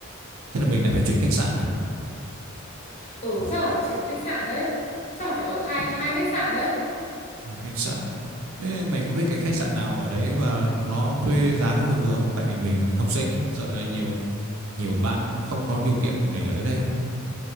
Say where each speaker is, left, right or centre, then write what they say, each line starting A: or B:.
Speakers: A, on the right (about 75°); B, on the left (about 30°).
A: thế là mình lại phải chuyển khách sạn à?
B: Ừ,
A: Ủa,
B: chắc là phải chuyển khách sạn đấy. Chắc là phải ở hai
A: thế-
B: hai khách sạn đấy.
A: hai khách sạn. Thế mày có biết cái khách sạn nào ở đấy mà nó thuê giá nó vừa vừa không? Tại vì mình học sinh ấy, sợ nhiều nhiều bạn nó không có điều kiện để ấy đấy không?